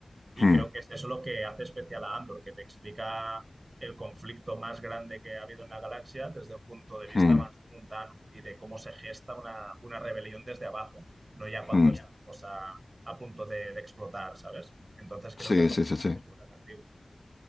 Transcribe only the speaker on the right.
Y
creo que es eso lo que hace especial a Andor, que te explica el conflicto más grande que ha habido en la galaxia desde un punto de vista
más mundano y de cómo se gesta una, una rebelión desde abajo, no ya cuando
está
la cosa a punto de, de explotar, ¿sabes? Entonces creo
que es lo
que
lo
hace súper atractivo.